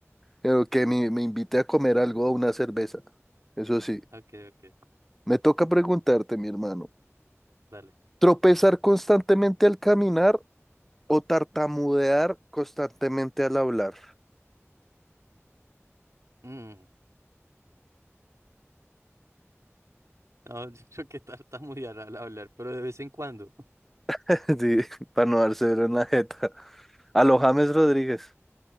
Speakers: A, in the centre; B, on the right (about 85°).
A: Creo que me, me invite a comer algo o una cerveza. Eso sí,
B: Ok, ok,
A: me toca preguntarte, mi hermano,
B: dale.
A: ¿tropezar constantemente al caminar o tartamudear constantemente al hablar?
B: Mm. No, <laughs> yo creo que tartamudear al hablar, pero de vez en cuando. <laughs>
A: <laughs> Sí, para no dárselo en la jeta. A los James Rodríguez.